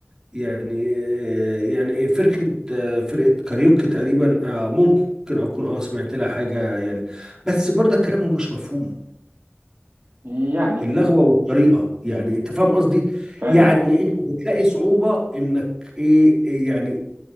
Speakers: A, on the right; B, on the right.
A: يعني يعني فرقة فرقة كاريوكي تقريبا آه، ممكن أكون أه سمعت لها حاجة يعني بس برضه كلامهم مش مفهوم
B: يعني
A: اللغوة والطريقة يعني أنت فاهم قصدي؟
B: فاهم
A: يعني
B: قصدك
A: أنت بتلاقي صعوبة إنك إيه إيه يعني